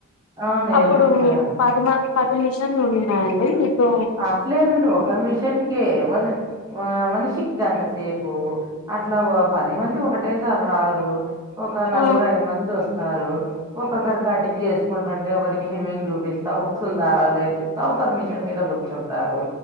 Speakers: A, on the right; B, on the left.
A: ఆ నేర్పించాను
B: అప్పుడు పదిమ పది మషన్లు ఉంన్నాయండి మీకు
A: అట్లేదండి ఒక మిషనికే మన్ మనిషికి గంట సేపు అట్లా పది మంది ఒకటే స రారు ఒక నలుగురు
B: ఆ
A: అయిదు మంది వస్తారు ఒక్కసారి కటింగ్ చేస్ కుంటుంటే ఒకరికి హిమ్మింగ్ చూపిస్తా ఉక్సులు దారాలు నేర్పిస్తా ఒకరి మిషన్ మీద కూర్చుంటారు